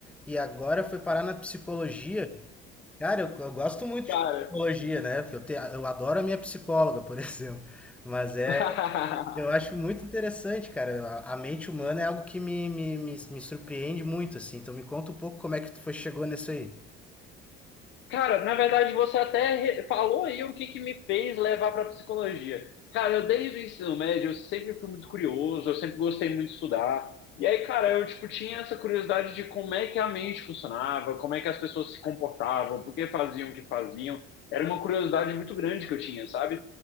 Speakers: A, in the centre; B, on the left.
A: e agora foi parar na psicologia. Cara, eu, eu gosto muito
B: Cara,
A: de psicologia, né? Porque eu, te, eu adoro a minha psicóloga, por <laughs> exemplo. Mas é,
B: <laughs>
A: eu acho muito interessante, cara. A, a mente humana é algo que me, me, me, me surpreende muito, assim. Então me conta um pouco como é que tu foi, chegou nisso aí.
B: Cara, na verdade você até re- falou aí o que que me fez levar para psicologia. Cara, eu desde o ensino médio eu sempre fui muito curioso, eu sempre gostei muito de estudar. E aí, cara, eu tipo tinha essa curiosidade de como é que a mente funcionava, como é que as pessoas se comportavam, por que faziam o que faziam. Era uma curiosidade muito grande que eu tinha, sabe?